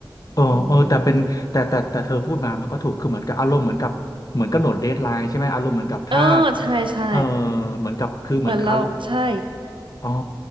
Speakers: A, on the left; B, on the right.
A: เออเออแต่เป็นแต่แต่แต่เธอพูดมามันก็ถูกคือเหมือนกับอารมณ์เหมือนกับเหมือนกำหนดเดดไลน์ใช่ไหมอารมณ์เหมือนกับถ้า
B: อืมเออใช่ใช่
A: เออเหมือนกับคือเหมือนกับอา
B: เหมือนเราใช่
A: อ๋อ